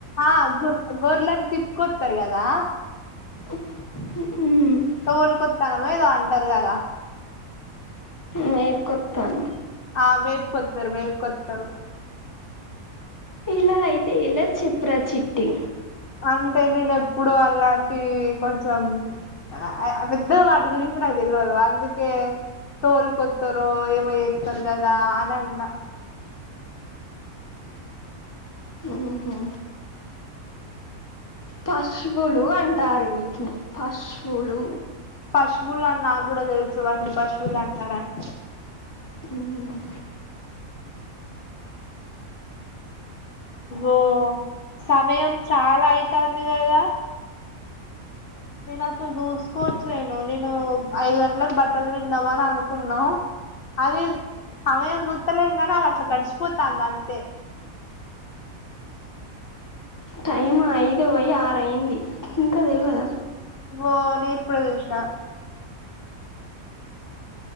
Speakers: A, on the left; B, on the left.
A: ఆ గొర్ గొర్లని తిప్పుకొత్తరు కదా.
B: ఉమ్
A: తోల్కొత్తానమో ఏదో అంటరు గదా.
B: మేపుకొత్తాను
A: ఆ మేపుకొత్తరు మేపుకొత్తరు
B: ఇలా అయితే ఎలా చెప్రా చిట్టి?
A: అంటే నేను ఎప్పుడు అలాంటి కొంచెం ఆ అ అబద్ధం వాటి గురించి నాకు తెలవది అందుకే తోల్ కొత్తరో ఏమో చేత్తరు గదా అనన్నా.
B: ఓహో పశువులు అంటారు వీటిని, పశువులు
A: పశువులు అని నాకు గుడ తెలుసు, వాటిని పశువులు అంటారని.
B: ఉమ్
A: ఓ సమయం చాలా అయితాంది గదా. నేను అసలు చూసుకోవట్లేను, నేను ఐదు గంటలకు బట్టలు పిండదాం అని అనుకున్నం. అది సమయం చూత్తలేము కని అది అట్లా గడిచిపోతాంది అంతే.
B: టైం ఐదు పోయి ఆరు అయింది ఇంకా తెల్వద?
A: ఓని ఇప్పుడే చూసిన.